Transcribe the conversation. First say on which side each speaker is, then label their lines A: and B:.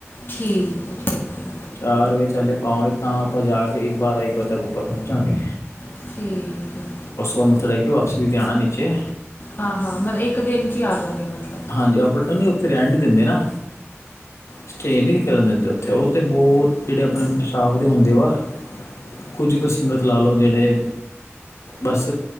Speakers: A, on the left; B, on the left.
A: ਠੀਕ। ਹੈ ਠੀਕ ਹੈ
B: ਚਾਰ ਵਜੇ ਚੱਲੇ ਪਾਵਾਂਗੇ ਤਾਂ ਆਪਾਂ ਜਾ ਕੇ ਬਾਰਾਂ ਇੱਕ ਵਜੇ ਤੱਕ ਉੱਪਰ ਪਹੁੰਚਾਂਗੇ।
A: ਠੀਕ। ਹੈ
B: ਉਸ ਤੋਂ ਮੱਥਾ ਟੇਕ ਕੇ ਵਾਪਿਸ ਵੀ ਤੇ ਆਣਾ ਨੀਚੇ।
A: ਹਾਂ, ਹਾਂ ਮਤਲਬ ਇੱਕ ਦਿਨ ਚ ਹੀ ਆ ਜਾਉਗੇ ਮਤਲਬ।
B: ਹਾਂਜੀ, ਨਹੀਂ ਉੱਥੇ ਰਹਿਣ ਨਹੀਂ ਦਿੰਦੇ ਨਾ, ਸਟੇਅ ਨਹੀਂ ਕਰਨ ਦਿੰਦੇ ਉੱ ਥੇ ਉਹ ਤਾਂ ਬਹੁਤ ਜਿਹੜੇ ਆਪਣੇ -ਆਪਣੇ ਸਟਾਫ ਦੇ ਹੁੰਦੇ ਵਾ। ਕੁਝ ਕੁ ਸੰਗਤ ਲਾ ਲਓ, ਜਿਹੜੇ ਬਸ